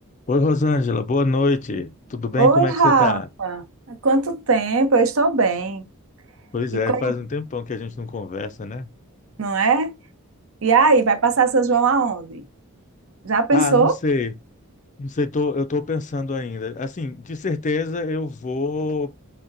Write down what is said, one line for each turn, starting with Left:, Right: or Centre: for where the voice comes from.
Left: Oi, Rosângela, boa noite. Tudo bem?
Right: Oi,
Left: Como
Right: Rafa.
Left: é que você tá?
Right: Há quanto tempo? Eu estou bem.
Left: Pois
Right: E
Left: é,
Right: como,
Left: faz um tempão que a gente não conversa, né?
Right: não é? E aí, vai passar São João aonde? Já pensou?
Left: Ah, não sei. Não sei, tô, eu tô pensando ainda. Assim, de certeza eu vou